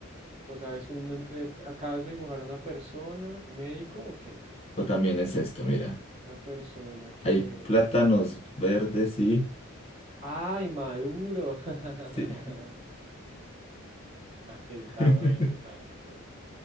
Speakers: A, on the right (about 30°); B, on the left (about 25°).
A: O sea, es un, eh, acabas de dibujar a una persona, médico o qué?
B: O también es esto, mira.
A: Una persona que...
B: Hay plátanos verdes, sí.
A: ¡Ay, maduro! <laughs>
B: Sí.
A: Está
B: <laughs>
A: bueno, está bueno.